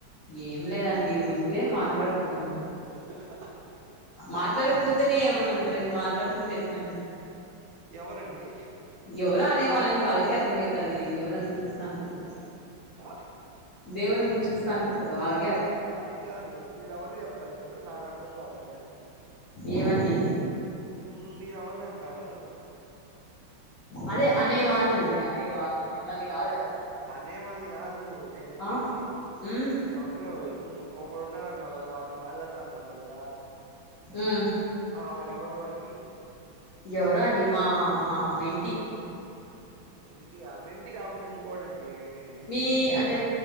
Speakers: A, on the left; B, on the right.
A: ఏం లేదండి ఊరికే మాట్లాడుకోం మేం
B: అహ అహ అహ
A: మాట్లాడకపోతేనే ఏమన అంటారు ఇంక మాట్లాడుకుంటే ఎట్లా అండి
B: ఎవరండి
A: ఎవరో అనే వాళ్ళండి వాళ్ళకే అర్థమైతది దేవుడన్ని చూస్తాంటడు
B: అ
A: కదా
B: ఆ!
A: దేవుడన్ని చూస్తా ఉంటడు కదా వాళ్ళకె
B: అది కాదు మీరు ఎవర్ని చెప్తన్నారు నాకర్ధం కావట్లే
A: ఏవన్నీ
B: ఉమ్ మీరు ఎవరిని అంటన్నారు
A: అదే అనే వాళ్ళనండి అనే వాళ్ళని మిమ్మల్ని కాదు కదా
B: అనే వాళ్ని కాదు నేను చెప్పేది
A: ఆ ఉమ్
B: ఏమంటారు ఇంకో ఒకడు ఉన్నాడు అన్నావు కదా వాడితో మాట్లాడుతా అన్నావు కదా
A: ఉమ్
B: అ వాడెవరు అని
A: ఎవరో అండి మా మా మెంటి
B: మెంటి అ మెంటి గకుండా ఇంకోడండి నేను అనేది
A: టి అంటే